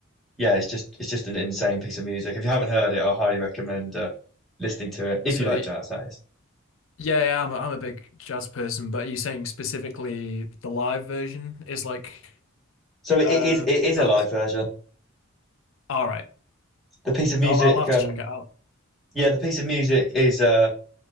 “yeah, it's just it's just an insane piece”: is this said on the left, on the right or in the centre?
Centre